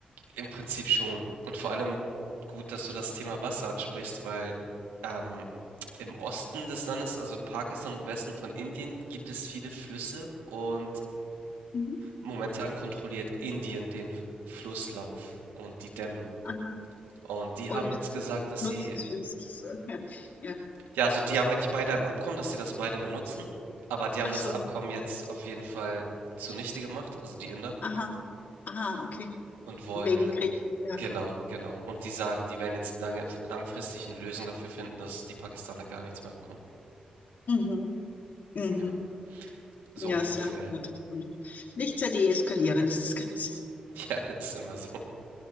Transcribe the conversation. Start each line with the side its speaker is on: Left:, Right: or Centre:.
Right: Im Prinzip schon. Und vor allem gut, dass du das Thema Wasser ansprichst, weil ähm, im Osten des Landes, also in Pakistan und Westen von Indien, gibt es viele Flüsse und
Left: Mhm.
Right: momentan kontrolliert Indien den Flusslauf und die Dämme.
Left: Aha.
Right: Und die
Left: Und
Right: haben jetzt gesagt, dass
Left: nutzen
Right: sie,
Left: es für sich so. <laughs> Ja. Ja.
Right: ja, also die haben eigentlich beide ein Abkommen, dass sie das beide benutzen, aber die haben
Left: Ach
Right: das
Left: so.
Right: Abkommen jetzt auf jeden Fall zunichte gemacht, also die Inder,
Left: Aha, aha, okay.
Right: und wollen
Left: Wegen Krieg. Ja.
Right: Genau, genau. Und die sagen, die werden jetzt lange, langfristig eine Lösung dafür finden, dass die Pakistaner gar nichts mehr bekommen.
Left: Mhm. Mhm.
Right: Ja, so
Left: Ja,
Right: ungefähr.
Left: ist ja nett. Nicht sehr deeskalierend ist das Ganze.
Right: <laughs> Ja, ist immer so.